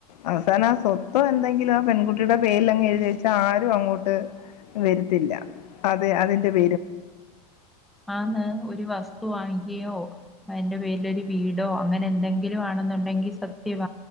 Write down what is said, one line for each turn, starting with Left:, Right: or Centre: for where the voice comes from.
Left: അവസാനം ആ സ്വത്തോ എന്തെങ്കിലും ആ പെൺകുട്ടിയുടെ പേരിൽ അങ്ങ് എഴുതി വച്ച ആരും അങ്ങോട്ട് വരത്തില്ല അതെ അതിന്റെ പേരി
Centre: ആന്ന് ഒരു വസ്തു വാങ്ങിക്കയോ അതിന്റെ പേരിലൊരു വീടോ അങ്ങനെ എന്തെങ്കിലും വാണെന്നുണ്ടെങ്കി സത്യവ